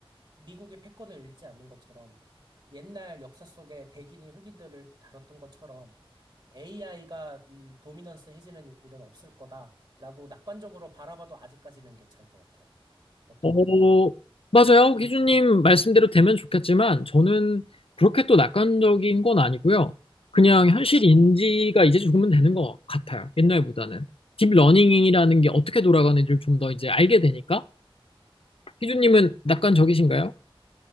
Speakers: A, on the right; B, on the left.
A: 미국의 패권을 잃지 않는 것처럼 옛날 역사 속에 백인이 흑인들을 다뤘던 것처럼 AI가 이 도미넌스 해지는 일은 없을 거다라고 낙관적으로 바라봐도 아직까지는 괜찮을 것 같아요. 어떤가요?
B: 어, 맞아요. 기준님 말씀대로 되면 좋겠지만 저는 그렇게 또 낙관적인 건 아니고요. 그냥 현실 인지가 이제 조금은 되는 것 같아요. 옛날보다는. 딥러닝이라는 게 어떻게 돌아가는지를 좀 더 이제 알게 되니까 희주님은 낙관적이신가요?